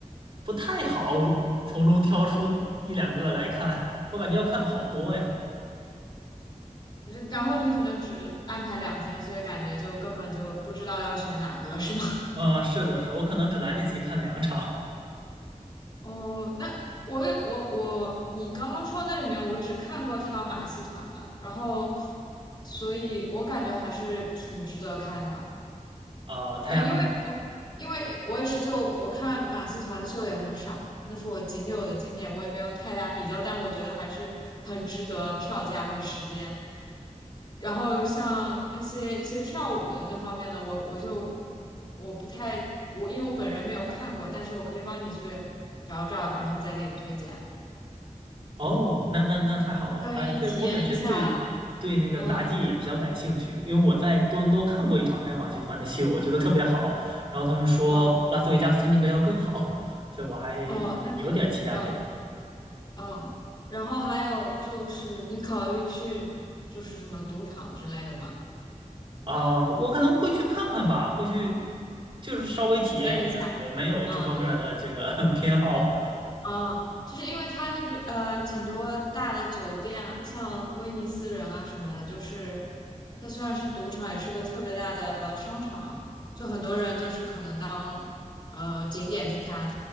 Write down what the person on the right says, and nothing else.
不太好从中挑出一两个来看，<laughs> 我感觉要看的好多呀。
<laughs> 嗯、是的，是的我可能只来得及看两场，
啊，太阳马戏。
哦，那那那太好了，
哎，这我本身对对那个杂技也比较感兴趣，
因为我在多伦多看过一场太阳马戏团的秀，我觉得特别好，然后他们说拉斯维加斯那个要更好，
所以我还
有点期待这个
啊，我可能会去看看吧，会去就是稍微体验一下，
我没有这方面的这个
<laughs> 偏好